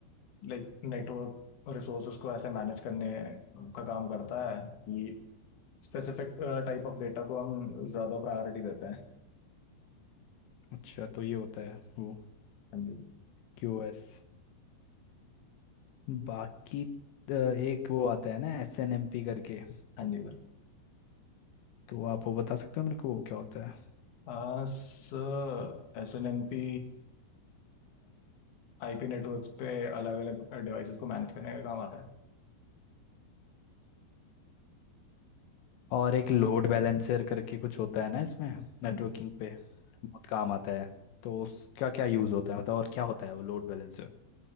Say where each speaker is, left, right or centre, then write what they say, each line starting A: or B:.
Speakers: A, on the left; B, on the left.
A: like network resources को ऐसे मैनेज करने का काम करता है कि स्पेसिफिक टाइप ऑफ डेटा को हम ज़्यादा प्रायोरिटी देते हैं
B: अच्छा तो ये होता है वो
A: हाँ जी
B: क्यूओएस बाकी अ, एक वो आता है ना एस एन एम पी करके
A: हाँ जी sir.
B: तो आप वो बता सकते हो मेरे को वो क्या होता है
A: आ, Sir S N M P I P networks पे अलग अलग डिवाइसेस को मैनेज करने का काम आता है
B: और एक लोड बैलेंसर करके कुछ होता है ना इसमें नेटवर्किंग
A: हाँ जी
B: पे बहुत काम आता है तो उसका क्या यूज़ होता है मतलब और क्या होता है वो लोड बैलेंसर